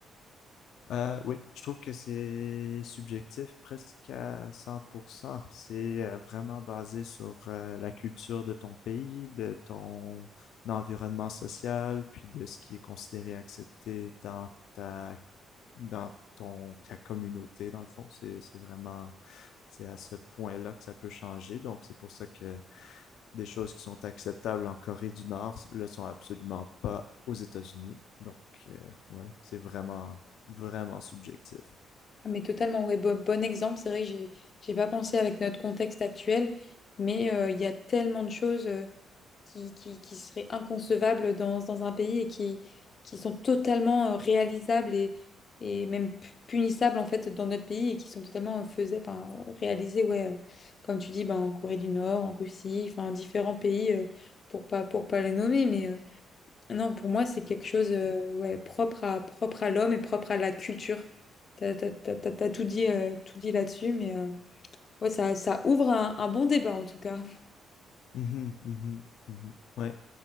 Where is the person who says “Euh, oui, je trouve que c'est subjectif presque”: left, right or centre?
Left